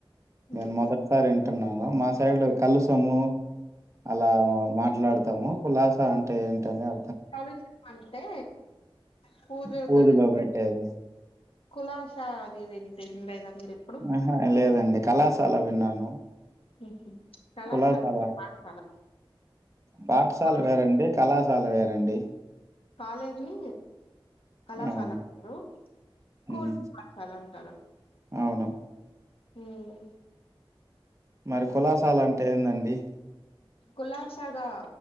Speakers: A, on the right; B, on the left.
A: నేను
B: ఉమ్
A: మొదట్ సారి వింటున్నాను మా సైడ్ కలుసము అలా మాట్లాడతాము కులాసా అంటే ఏంటి అని అ
B: కలశం అంటే పూజ
A: పూజలో
B: గదిలో పెట్టే
A: పెట్టేది.
B: కులాస అది వేరు <inaudible> లేదా మీరు ఎప్పుడు
A: ఆహా లేదండి కళాశా అలా విన్నాను
B: ఉహు కళాశాల
A: కులాశాల
B: అంటే పాఠశాల
A: పాఠశాల
B: కాలేజ్
A: వేరండి కళాశాల వేరండి
B: కాలేజ్ ని కళాశాల
A: అవును.
B: అంటారు స్కూల్
A: హ్మ్.
B: ని పాఠశాల అంటారు
A: అవును
B: హ్మ్
A: మరి కులాసాల అంటే ఏందండి
B: కులాశగా